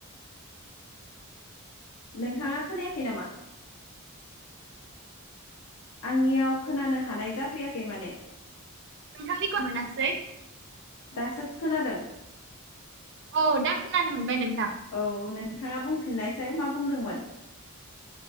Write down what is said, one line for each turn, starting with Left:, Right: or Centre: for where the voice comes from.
Left: नोंथाङा खोनायाखै नामा? आं नियाव खोनानो हानाय जाफै याखै माने।
Right: नोंथांनिखौ मोनासै।
Left: दासो खोनादों।
Right: औ दा खोनानो मोनबाय नों
Left: औ नों नोंथाङा बुंफिननाय साय मा बुंदोंमोन?